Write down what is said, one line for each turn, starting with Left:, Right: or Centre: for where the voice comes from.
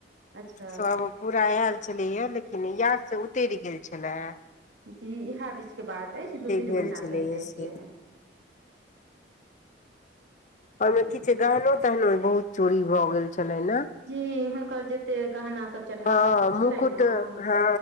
Right: अच्छा
Left: सब पूरा आयल छलैये लेकिन याद से उतरि गेल छलेे
Right: जी इएह बीचके बात अछि दू तीन
Left: भेल
Right: महिीना
Left: छलैया
Right: पहिलेके
Left: से ओहिमे
Right: जी
Left: किीछ गहनो तहनो बहुत चोरी भऽ गेल छलै ने
Right: जी हुनकर जते गहना सब चढ़ावा
Left: हँ
Right: सब छलनि
Left: मुकुट
Right: ने
Left: हँ